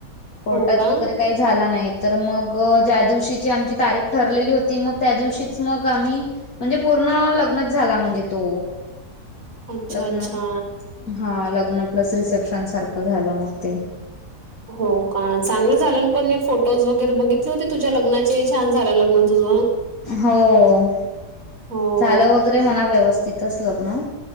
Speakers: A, on the left (about 60°); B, on the right (about 55°).
A: कोर्टात
B: हो का?
A: वगैरे काही झाला नाही. तर मग ज्या दिवशीची आमची तारीख ठरलेली होती. मग त्या दिवशीच मग आम्ही म्हणजे पूर्ण लग्नच झाला म्हणजे तो
B: अच्छा
A: लग्न
B: अच्छा.
A: हा लग्न प्लस रिसेप्शन सारखं झालं मग ते.
B: हो का? चांगलं झालं ना पण. मी फोटोज वगैरे बघितले होते तुझ्या लग्नाचे. छान झालं लग्न तुझं.
A: हो.
B: हो.
A: झालं वगैरे म्हणा, व्यवस्थितच लग्न.